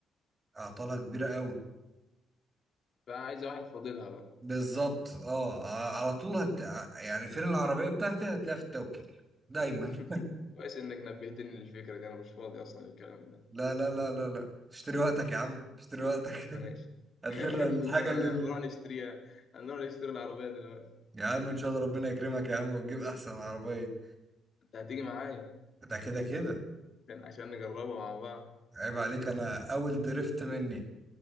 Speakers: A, on the right; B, on the left.
A: أعطالها كبيرة قوي
B: فعايزه واحد فاضلها بقى
A: بالظبط اه على طول هت... يعني فين العربية بتاعتي هتلاقيها في التوكيل دايما
B: <laughs>
A: <laughs>
B: كويس انك نبهتني للفكره دي انا مش فاضي اصلا للكلام ده
A: لا لا لا لا لا لا. اشتري وقتك يا عم اشتري وقتك <laughs>
B: ماشي
A: هات
B: <laughs>
A: لنا الحاجة اللي
B: نروح نشتريها هنروح نشتري العربيه دلوقتي
A: يا عم ان شاء الله ربنا يكرمك يا عم وتجيب احسن عربية
B: انت هتيجي معايا
A: ده كده كده
B: عشان عشان نجربها مع بعض
A: عيب عليك انا اول درفت مني